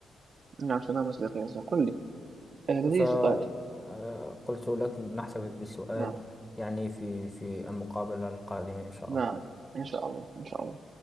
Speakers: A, on the right; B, on the left.
A: نعم تماما صديقي ياسين قل لي آه، لدي
B: فقلت
A: سؤال
B: لك نحتفظ بالسؤال
A: نعم
B: يعني في في المقابلة القادمة إن شاء
A: نعم
B: الله
A: إن شاء الله إن شاء الله